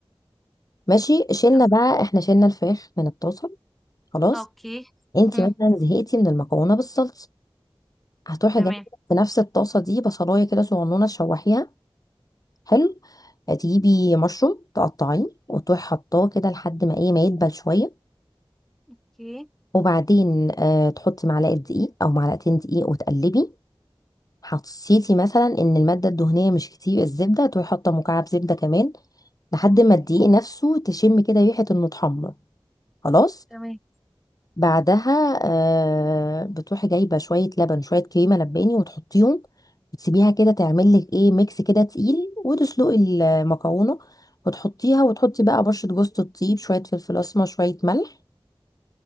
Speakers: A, on the left; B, in the centre.
A: ماشي شلنا
B: لا،
A: بقى احنا شلنا الفراخ من الطاسه خلاص
B: اوكي
A: انتي
B: مم.
A: مثلا زهقتي من المكرونه بالصلصه هتروحي
B: تمام
A: جايبه في نفس الطاسه دي بصلايه كده صغنونه تشوحيها حلو هتجيبي مشروم تقطعيه وتروحي حطاه كده لحد ما ايه ما يدبل شويه
B: اوكي
A: وبعدين آه تحطي معلقه دقيق او معلقتين دقيق وتقلبي حسيتي مثلا ان الماده الدهنيه مش كتير الزبده تروحي حاطه مكعب زبده كمان لحد ما الدقيق نفسه تشم كده ريحه انه اتحمر خلاص
B: تمام
A: بعدها آه بتروحي جايبه شويه لبن شويه كريمه لباني وتحطيهم وتسيبيها كده تعمل لك ايه ميكس كده تقيل وتسلقي المكرونه وتحطيها وتحطي بقى بشره جوز الطيب شويه فلفل اسمر شويه ملح